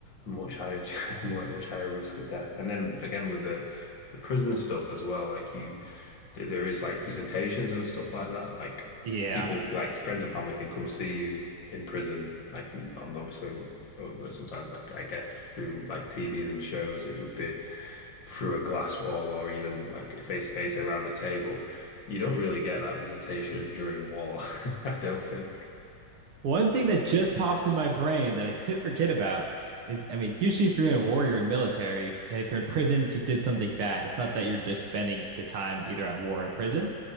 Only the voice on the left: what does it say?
much higher <laughs> much higher risk of death. And then again with the the prison stuff as well, like you there is like visitations and stuff like that. Like
people like friends and family can come see you in prison. Like and obviously, oh, sometimes like I guess through like TVs and shows, it would be through a glass wall or even like face to face around a table. You don't really get that visitation during war, <laughs> I don't think.